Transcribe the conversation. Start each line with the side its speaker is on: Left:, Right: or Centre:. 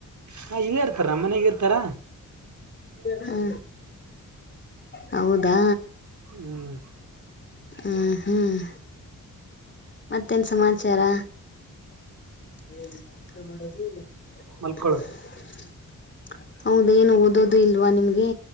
Right: ಹಾ ಇಲ್ಲೇ ಇರ್ತಾರೆಮ್ಮ ಮನೆಗ ಇರ್ ತ್ತರ
Left: ಹ್ಮ ಹೌದಾ
Right: ಹ್ಮ್
Left: ಹ್ಮ ಹ್ಮ್ ಮತ್ತೇನ್ ಸಮಾಚಾರ ಏನಿಲ್ಲ ಊಟ ಮಾಡೋದು
Right: ಮಲ್ಕೊಳೋದು
Left: <unintelligible> ಹೌದೇನು ಓದೋದು ಇಲ್ವಾ ನಿಮ್ಗೆ